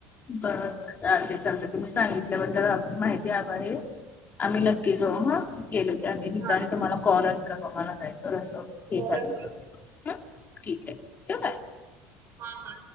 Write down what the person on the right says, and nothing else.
हा
होय होय.
हा, हा.